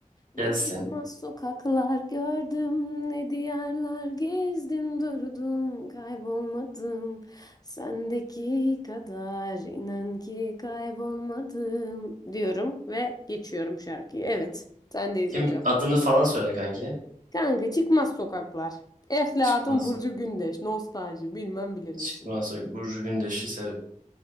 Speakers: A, on the right; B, on the left.
A: gelsin.
B: Ne çıkmaz sokaklar gördüm, ne diyarlar gezdim durdum, kaybolmadım. Sendeki kadar inan ki kaybolmadım diyorum ve geçiyorum şarkıyı. Evet, sendeyiz
A: Kim
B: hocam.
A: adını falan söyle kanki.
B: Kanka çıkmaz sokaklar. Eflatun
A: Çıkmaz
B: Burcu
A: Soy-
B: Gündeş, nostalji bilmem bilir
A: Çıkmaz
B: misin?
A: Çıkmazsa Burcu Gündeş'i sev.